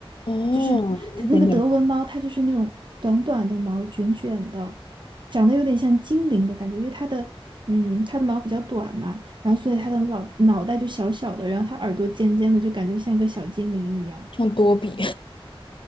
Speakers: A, on the left (about 60°); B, on the right (about 55°).
A: 哦，
B: 就是它那个德文猫，
A: 一点点
B: 它就是那种短短的毛，卷卷的，长得有点像精灵的感觉，因为它的嗯它的毛比较短嘛，然后所以它的脑脑袋就小小的，然后它耳朵尖尖的，就感觉像一个小精灵一样。
A: 像多比，